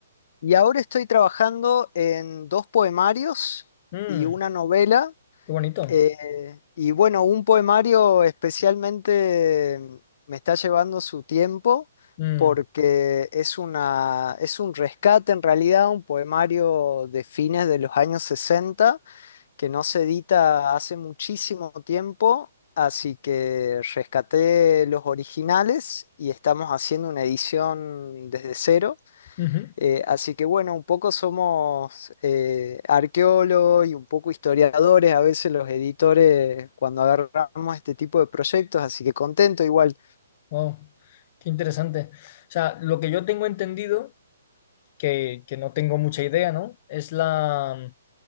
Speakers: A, on the left; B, on the left.
A: Y ahora estoy trabajando en dos poemarios
B: Mm,
A: y una novela.
B: qué bonito.
A: eh, y bueno, un poemario especialmente me está llevando su tiempo
B: Mm,
A: porque es una, es un rescate en realidad, un poemario de fines de los años 60 que no se edita hace muchísimo tiempo, así que rescaté los originales y estamos haciendo una edición desde cero.
B: ujú.
A: Eh, así que bueno, un poco somos eh, arqueólogos y un poco historiadores, a veces los editores cuando agarramos este tipo de proyectos, así que contento igual.
B: Wow, qué interesante. O sea, lo que yo tengo entendido, que, que no tengo mucha idea, ¿no? Es la,